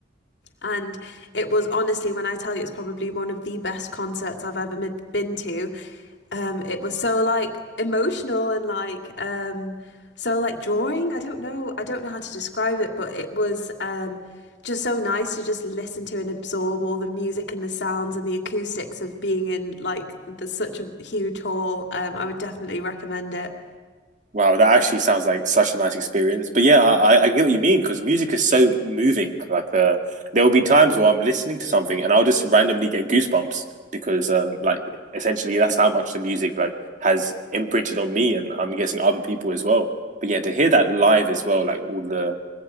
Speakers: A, on the left; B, on the right.
A: And it was honestly, when I tell you, it's probably one of the best concerts I've ever mi- been to. Um, it was so like emotional and like um, so like drawing. I don't know, I don't know how to describe it, but it was um, just so nice to just listen to and absorb all the music and the sounds and the acoustics of being in like the, such a huge hall. Um, I would definitely recommend it.
B: Wow, that actually sounds like such a nice experience. But yeah, I, I I get what you mean because music is so moving. Like, uh, there will be times where I'm listening to something and I'll just randomly get goosebumps because, um, like, essentially that's how much the music like has imprinted on me and I'm guessing other people as well. But yeah, to hear that live as well, like all the